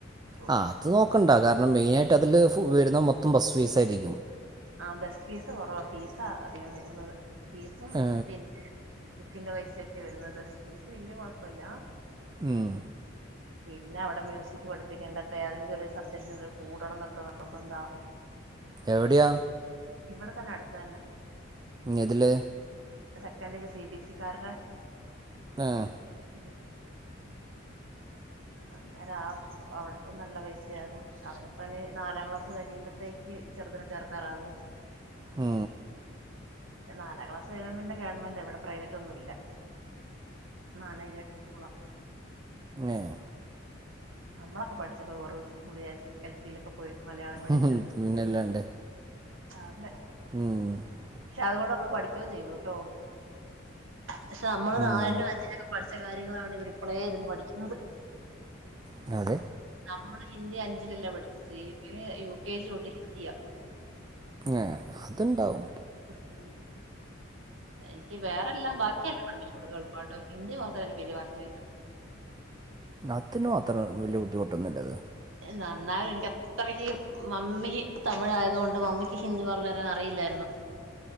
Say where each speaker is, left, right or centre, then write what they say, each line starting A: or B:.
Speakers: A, on the right (about 75°); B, on the right (about 20°).
A: ട്യൂഷൻ
B: ആ അത് നോക്കണ്ട കാരണം മേയ്നായിട്ട് അതില് വരുന്ന മൊത്തം ബസ്സ് ഫീസായിരിക്കും
A: ആ ബസ്സ് ഫീസ് കുറവാ ഫീസാ അധികം വരുന്നത് ഫീസും
B: ഏ,
A: പിന്നെ ബുക്കിൻ്റെ പൈസയൊക്കെ വരുന്നത് ഫീസ് വല്യ കൊഴുപ്പൂല
B: ഉം
A: പിന്നെ അവിടെ മ്യൂസിക് പഠിപ്പിക്കേണ്ട അപ്പ ഏതെങ്കിലും ഒരു സബ്ജക്റ്റിനു കൂടണം എന്നൊക്കെ നിർബന്ധാ
B: എവിടെയ
A: ഇവിടെ തന്നെ അടുത്ത് തന്നെ
B: എതിലെ
A: സെക്കൻഡില് സി ബി എസ് ഇ ക്കാരത
B: ആഹ്
A: ഉം അന്നേരം ആ അവിടത്തെ നല്ല പൈസയാകും അവനിപ്പ ഇനി നാലാം ക്ലാസ് കഴിയുമ്പത്തേക്ക് ചെറുതിന് ചേർക്കാറാകും
B: ഉം
A: പിന്നെ നാലാം ക്ലാസ് കഴിഞ്ഞ പിന്നെ ഗവണ്മെൻ്റ ഇവിടെ പ്രൈവറ്റ് ഒന്നും ഇല്ല മാനേജ്മെൻ്റ് സ്കൂളാ
B: ഏഹ്
A: നമ്മളൊക്കെ പഠിച്ചപ്പോ ഓരോ സ്കൂളിൽ എൽ പി ല് ഒക്കെ പോയി മലയാളം പഠിച്ചട്ടു
B: ഉം, പിന്നല്ലാണ്ട്
A: <unintelligible> ആഹ്
B: ഉം
A: പക്ഷെ അതുകൊണ്ട് നമ്മള് പഠിക്കുകയും ചെയ്തൂട്ടോ പക്ഷെ നമ്മള്
B: ഉം,
A: നാലിലും അഞ്ചിലും പഠിച്ച ച്ച കാര്യങ്ങളാണ് ഇവര് ഇപ്പളേ ഇരുന്ന് പഠിക്കുന്നത്
B: ഉം അതെ
A: നമ്മള് ഹിന്ദി അഞ്ചിലല്ലേ പഠിച്ചത് ഇവര് യു കെ ജി തൊട്ട് ഹിന്ദിയ
B: ഏഹ് അതുണ്ടാവും
A: ഉം എനിക്ക് വേറെല്ലാം ബാക്കിയെല്ലാം കൊഴപ്പൂല <unintelligible> പാട്ട് ഹിന്ദി മാത്രം എനിക്ക് വല്യ വശം ഇല്ല
B: അതിനു അത്ര വല്യ ബുദ്ധിമുട്ടൊന്നുമില്ല അത്
A: നന്നായി എനിക്ക് അത്രക്ക് മമ്മിക്ക് തമിഴായത് കൊണ്ട് മമ്മിക്ക് ഹിന്ദി പറഞ്ഞു തരാൻ അറിയില്ലായിരുന്നു